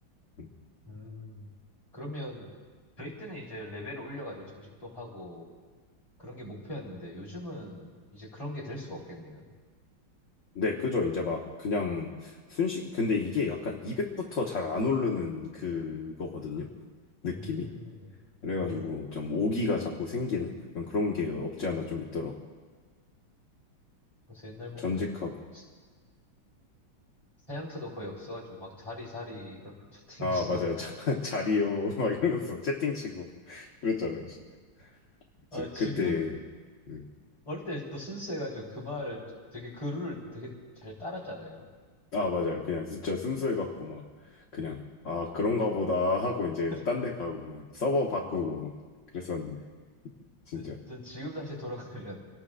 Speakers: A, on the left; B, on the left.
A: 음.
B: 음, 그러면 저희 때는 이제 레벨을 올려가지고 전직도 하고 그런 게 목표였는데 요즘은 이제 그런 게 될 수가 없겠네요.
A: 네, 그죠. 이제 막 그냥 순식, 근데 이게 약간 200부터 잘 안 오르는 그거거든요. 느낌이.
B: 음,
A: 그래가지고
B: 미니.
A: 좀 오기가 자꾸 생기는 약간 그런 게 없지 않아
B: 아,
A: 좀 있더라고.
B: 그래서 옛날 보면
A: 전직하고.
B: 스- 사양트도 거의 없어가지고 막 자리 자리 그렇게 채팅해서.
A: 아, 맞아요.
B: <laughs>
A: 자, <laughs> 자리요. 막 이러면서 채팅치고. <laughs> 그랬잖아요. 진짜.
B: 아,
A: 진짜
B: 지금
A: 그때. 음.
B: 어릴 때 또 순수해가지고 그 말을 되게 그 룰을 되게 잘 따랐잖아요.
A: 아, 맞아요. 그냥 진짜 순수해갖고 막 그냥 아, 그런가 보다 하고 이제
B: <laughs>
A: 딴데 가고 막 서버 바꾸고 막 그랬었는데. 진짜.
B: 근데 전 지금 다시 돌아가면